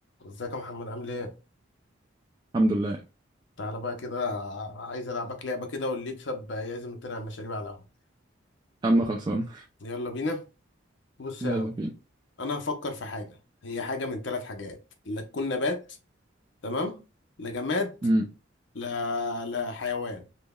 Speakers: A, on the left; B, on the right.
A: ازيك يا محمد عامل ايه؟
B: الحمد لله يا
A: تعالى بقى كده عايز العبك لعبة كده واللي يكسب يعزم التاني على المشاريب على القهوة
B: عم خلصان
A: يلا بينا بص
B: يلا
A: يا عم
B: بينا
A: انا هفكر في حاجة هي حاجة من ثلاث حاجات لا تكون نبات تمام لا جماد
B: امم
A: لا لا حيوان